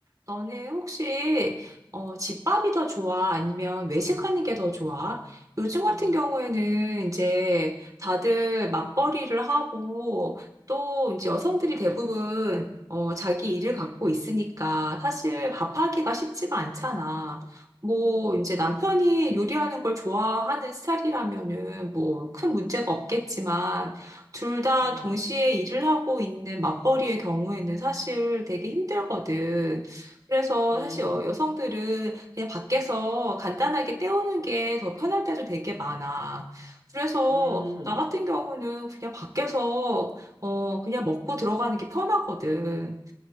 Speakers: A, on the right; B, on the right.
A: 너는 혹시 어, 집밥이 더 좋아? 아니면 외식하는 게 더 좋아? 요즘 같은 경우에는 이제 다들 맞벌이를 하고 또 이제 여성들이 대부분 어, 자기 일을 갖고 있으니까 사실 밥하기가 쉽지가 않잖아. 뭐 이제 남편이 요리하는 걸 좋아하는 스타일이라면은 뭐 큰 문제가 없겠지만 둘 다
B: 음,
A: 동시에 일을 하고 있는 맞벌이의 경우에는 사실 되게 힘들거든. 그래서
B: 음,
A: 사실 여- 여성들은 그냥 밖에서 간단하게 때우는 게 더 편할 때도 되게 많아. 그래서
B: 음,
A: 나 같은 경우는 그냥 밖에서 어, 그냥 먹고 들어가는 게 편하거든.